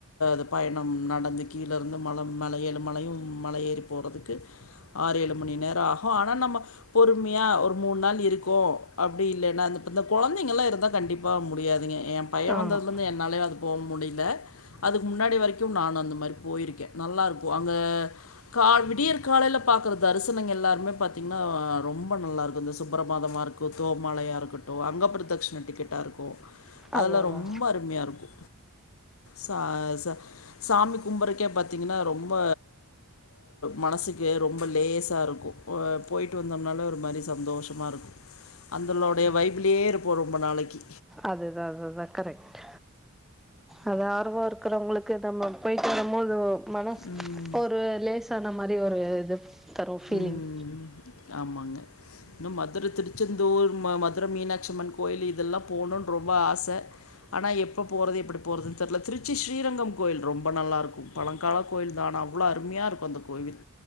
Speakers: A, on the left; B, in the centre.
A: த பயண நடந்து கீழருந்து மல மேல ஏழு மலையு மலை ஏறி போறதுக்கு ஆறு ஏழு மணி நேர ஆகு ஆனா நம்ம பொறுமையா ஒரு மூணு நாள் இருக்கோ அப்டி இல்லேனா அந்த கொலந்தைங்கல்லா இருந்தா கண்டிப்பா முடியாதுகே ஏ பைய
B: ஆமா
A: வந்ததுலந்து என்னாலயு அது போ முடில அதுக்கு முன்னாடி வரக் கிம் நான் அந்த மரி போயிருக்கே நல்லார்க்கு அங்க கால் விடியர் காலைல பாக்குற தரிசனங்கெள் ல்லார்மே பாத்தீனா ரொம்ப நல்லார்க்கு இந்த சுப்புரபாதமாருக்கு தோ மாலையா இருக்கட்டு அங்க ப்ரதக்ஷ் டிக்கெட்டா இருக்கு அதல்லா
B: அதுதா
A: ரொம்ப அரும்யா இருக்கு சா ச சாமி கும்பறக்கே பாத்தீங்கனா ரொம்ப மனசுக்கே ரொம்ப லேசா இருக்கு போ போயிட்டு வந்தோம்னால ஒரு மாரி சந்தோஷமாருக்கு அந்தளோடைய வைப்லே இருப்போ ரொம்ப நாளக்கி
B: அதுதா அதுதா கரெக்ட் அது ஆர்வோ இருக்குறவங்களுக்கு நம்ம போய்ட்டு வரமோது ஒ மனஸ்
A: ம்
B: ஒரு லேசான மாரி ஒரு இது தரு ஃபீலிங்
A: ம் ஆமாங்க இன்னும் மதுர திருச்செந்தூர் ம மதுர மீனாச்சம்மன் கோயில் இதல்லா போணுன் ரொம்ப ஆச அனா எப்ப போறது எப்புடி போறதுன் தெரில திருச்சி ஸ்ரீரங்கம் கோயில் ரொம்ப நல்லாருக்கு பழங்கால கோயில் தா ஆனா அவ்ளோ அரும்யாருக்கு அந்த கோவில்